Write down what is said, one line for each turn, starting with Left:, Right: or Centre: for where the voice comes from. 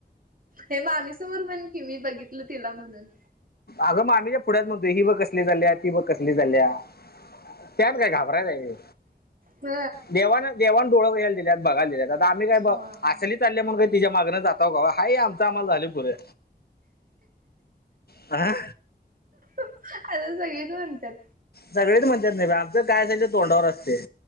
Right: हे मामी समोर म्हण की मी बघितल तिला म्हणून
Left: अगंग आम्हीच्या फ पुढ्यात म्हणतो ही बघ कसली झाली आहे ती ब कसली ल्या त्यात काय घाबरायच आहे
Right: ह
Left: देवाना देवा डोळ घला दित बघाय दिले आम्हीय ब
Right: हा.
Left: असली चाल म्हग तिच्या मागने जाता का हा आमं आम्हाला झाली पुरे आ
Right: आता सगळेच म्हणतात
Left: सगळेच म्हणतात नाही बा आमच काय असाल तोंडावर असते